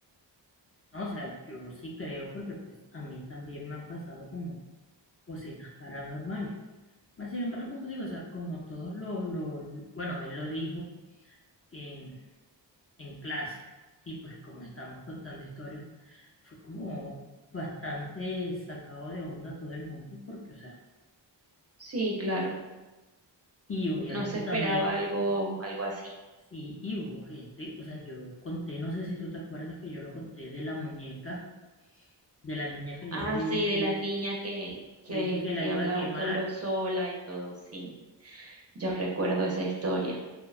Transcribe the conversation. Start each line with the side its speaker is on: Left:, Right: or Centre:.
Left: No, o sea, yo sí creo porque pues, a mí también me han pasado como cositas paranormales. Mas, sin embargo, como digo, o sea, como todos lo, lo- bueno, él lo dijo en, en clase y pues como estábamos contando historias, fue como bastante sacado de onda todo el mundo porque, o sea,
Right: Sí, claro.
Left: y obviamente
Right: No se esperaba
Left: también,
Right: algo, algo así.
Left: sí, y hubo gente, o sea, yo conté, no sé si tú te acuerdas que yo lo conté de la muñeca, de la niña que
Right: Ah,
Left: yo le dije
Right: sí,
Left: que,
Right: de la niña que, que,
Left: que dije que la
Right: que
Left: iba
Right: habló,
Left: a quemar,
Right: que habló sola y todo, sí. Yo recuerdo esa historia.